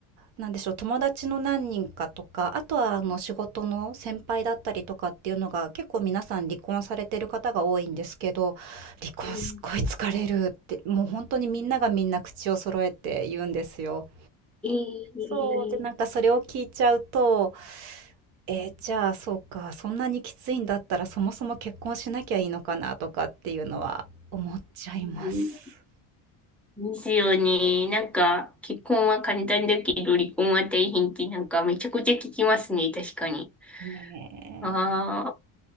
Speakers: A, on the right (about 85°); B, in the centre.
A: なんでしょう、友達の何人かとか、あとはあの仕事の先輩だったりとかっていうのが結構皆さん離婚されてる方が多いんですけど、離婚すっごい疲れるって、
B: うん
A: もう本当にみんながみんな口を揃えて言うんですよ。
B: えー、
A: そう。で、なんかそれを聞いちゃうと、えーじゃあ、そうか、そんなにきついんだったら、そもそも結婚しなきゃいいのかなとかっていうのは思っちゃいます。
B: うんですよね。なんか、結婚は簡単だけど、離婚は大変ってなんかめちゃくちゃ聞きますね、確かに。
A: ね
B: ああ、